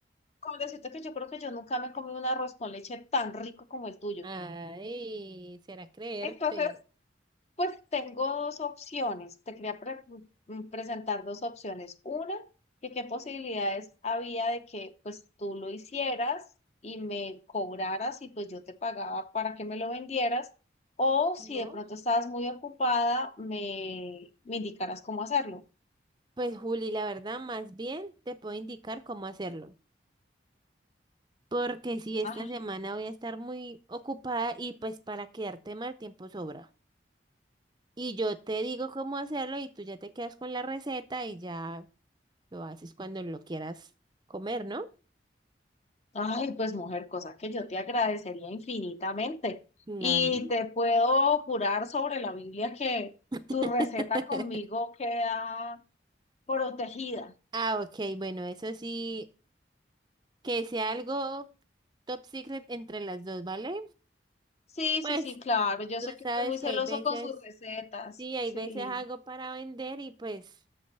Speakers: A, on the left; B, on the right.
A: con decirte que yo creo que yo nunca me he comido un arroz con leche tan rico como el tuyo.
B: Ay, será creerte.
A: Entonces, Pues tengo dos opciones. Te quería pre- mm, presentar dos opciones. Una, que qué posibilidades había de que pues tú lo hicieras y me cobraras y pues yo te pagaba para que me lo vendieras. O si
B: ¿No?
A: de pronto estabas muy ocupada, me, me indicaras cómo hacerlo.
B: Pues Juli, la verdad, más bien te puedo indicar cómo hacerlo, porque si esta
A: Ah,
B: semana voy a estar muy ocupada y pues para quedarte mal tiempo sobra. Y yo te digo cómo hacerlo y tú ya te quedas con la receta y ya lo haces cuando lo quieras comer, ¿no?
A: ay, pues mujer, cosa que yo te agradecería infinitamente.
B: Claro.
A: Y te puedo jurar sobre la Biblia que
B: <laughs>
A: tu receta conmigo queda protegida.
B: Ah, ok, bueno, eso sí, que sea algo top secret entre las dos, ¿vale?
A: Sí,
B: Pues
A: sí, sí, claro. Yo
B: tú
A: sé que
B: sabes
A: uno es muy
B: que
A: celoso
B: hay veces,
A: con sus recetas.
B: sí, hay
A: Sí.
B: veces hago para vender y pues...